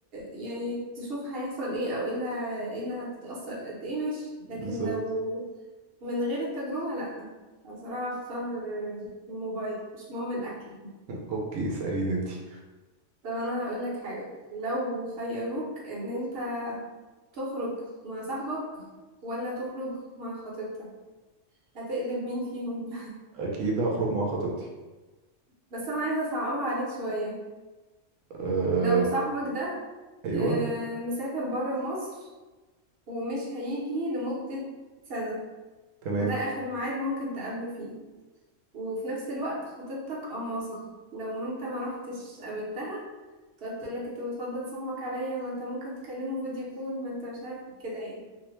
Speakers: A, on the right (about 55°); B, on the right (about 85°).
A: يعني تشوف هيحصل ايه او ايه اللي ه- إيه اللي هتتأثر قد ايه ماشي
B: بالظبط
A: لكن لو من غير التجربة لا بصراحة اختار الموبايل مش مهم الاكل
B: أوكي اسأليني أنتي
A: طب انا هقول لك حاجه لو خيروك ان انت تخرج مع صاحبك ولا تخرج مع خطيبتك هتقلب مين فيهم
B: أكيد هخرج مع خطيبتي
A: <laughs> بس انا عايزه اصعبها عليك شويه
B: أه...
A: لو صاحبك ده
B: أيوه
A: آه، مسافر بره مصر ومش هيجي لمده سنه
B: تمام
A: وده اخر ميعاد ممكن تقابله فيه وفي نفس الوقت خطيبتك قماصه لو انت ما رحتش قابلتها تقعد تقول لك انت بتفضل صاحبك عليا ما انت ممكن تكلمه فيديو كول ما انت مش عارف كده يعني